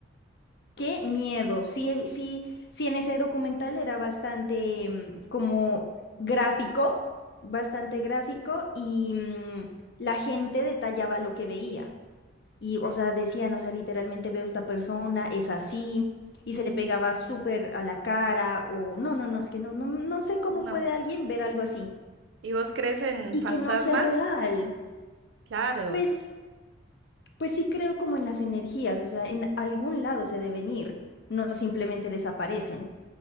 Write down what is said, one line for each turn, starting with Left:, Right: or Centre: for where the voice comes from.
Left: Qué miedo. Sí, he vi- sí, sí, en ese documental era bastante mm, como gráfico, bastante gráfico y mm, la gente detallaba lo que veía. Y, o sea, decían, o sea, literalmente veo esta persona, es así, y se le pegaba súper a la cara, o no, no, no, es que no, no, no sé cómo
Right: No.
Left: puede alguien ver algo así.
Right: ¿Y vos crees en
Left: Y
Right: fantasmas?
Left: que no sea real.
Right: Claro,
Left: Pues. Pues sí creo como en las energías, o sea, en algún lado se deben ir, no simplemente desaparecen.